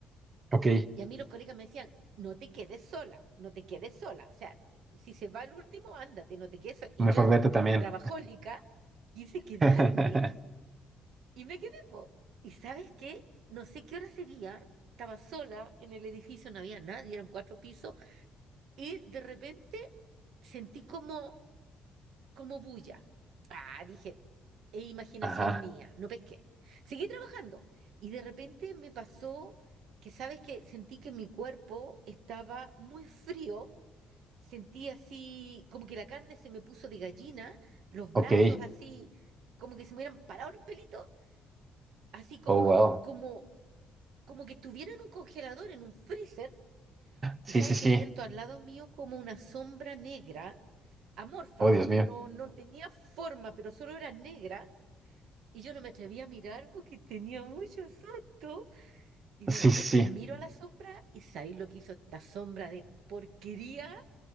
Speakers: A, on the right (about 30°); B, on the right (about 75°).
A: ok,
B: Y a mí los colegas me decían, no te quedes sola, no te quedes sola. O sea, si se va el último, ándate, no te quedes sola. Y
A: mejor
B: yo,
A: vete también.
B: trabajólica, quise quedarme
A: <laughs>
B: y me quedé. po. Y sabes qué, no sé qué hora sería, estaba sola en el edificio, no había nadie, eran cuatro pisos, y de repente sentí como como bulla. Ah, dije, es imaginación
A: Ajá,
B: mía, no pesqué. Seguí trabajando y de repente me pasó que, ¿sabes que Sentí que mi cuerpo estaba muy frío, sentí así como que la carne se me puso de gallina, los
A: ok.
B: brazos así como que se me hubieran parado los pelitos, así como,
A: Oh, wow.
B: como, como que estuviera en un congelador, en un freezer,
A: Sí,
B: y sabes
A: sí, sí.
B: que siento al lado mío como una sombra negra, amorfa,
A: Oh, Dios
B: no,
A: mío.
B: no tenía forma, pero solo era negra. Y yo no me atreví a mirar porque tenía mucho susto. Y
A: Sí,
B: de repente
A: sí, sí.
B: miro a la sombra y ¿sabéis lo que hizo esta sombra de porquería?